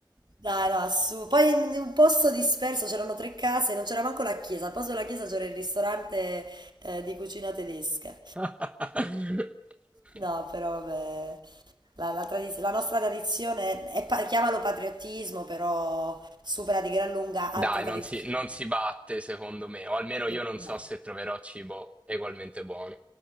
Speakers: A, on the right; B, on the right.
A: dai, no, su. Poi in in un posto disperso c'erano tre case, non c'era manco la chiesa. Al posto della chiesa c'era il ristorante eh, di cucina tedesca.
B: <laughs>
A: No, però vabbè, la, la tradiz- la nostra tradizione è, pa- chiamalo patriottismo, però supera di gran lunga altre
B: Dai,
A: tradizioni.
B: non si, non si batte secondo me, o almeno io
A: Non-
B: non so
A: no.
B: se troverò cibo ugualmente buono.